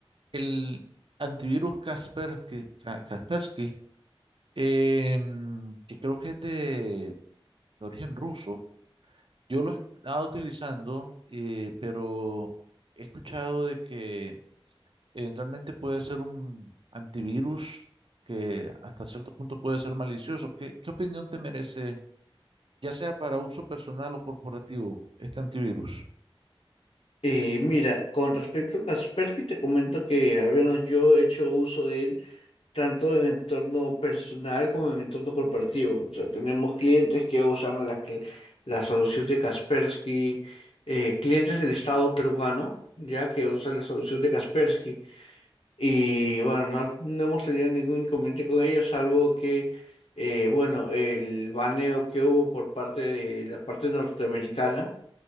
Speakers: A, on the right (about 60°); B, on the left (about 80°).
A: el antivirus Kaspersky, Ka- Kaspersky em, que creo que es de origen ruso, yo lo he estado utilizando, eh, pero he escuchado de que eventualmente puede ser un antivirus que hasta cierto punto puede ser malicioso. ¿Qué, qué opinión te merece, ya sea para uso personal o corporativo, este antivirus?
B: Eh, mira, con respecto a Kaspersky, te comento que al menos yo he hecho uso de él tanto en entorno personal como en entorno corporativo. O sea, tenemos clientes que usan la, cl- la solución de Kaspersky, eh, clientes del Estado peruano, ya que usan la solución de Kaspersky. Y bueno, no, no hemos tenido ningún inconveniente con ellos, salvo que, eh, bueno, el baneo que hubo por parte de la parte norteamericana,